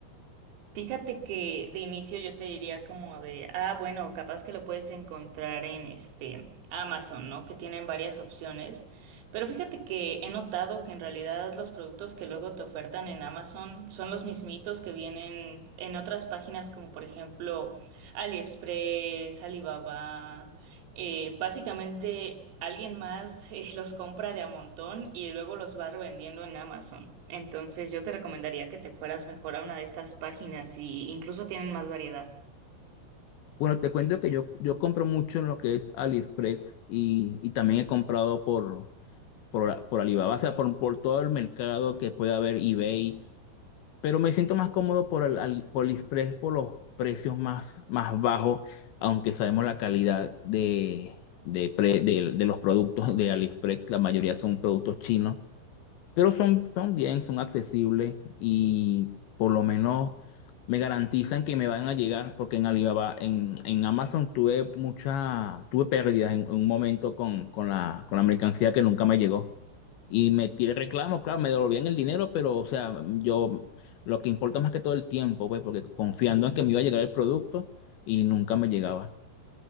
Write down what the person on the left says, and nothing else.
Bueno, te cuento que yo, yo compro mucho en lo que es AliExpress y, y también he comprado por... por, por Alibaba, o sea, por, por todo el mercado que puede haber eBay, pero me siento más cómodo por, el, Ali- por AliExpress por los precios más, más bajos, aunque sabemos la calidad de, de, pre- de- de los productos de AliExpress, la mayoría son productos chinos, pero son, son bien, son accesibles y por lo menos me garantizan que me van a llegar, porque en Alibaba, en, en Amazon tuve mucha, tuve pérdidas en, en un momento con, con la, con la mercancía que nunca me llegó. Y metí el reclamo, claro, me devolvían el dinero, pero o sea, yo lo que importa más que todo el tiempo, pues, porque confiando en que me iba a llegar el producto y nunca me llegaba.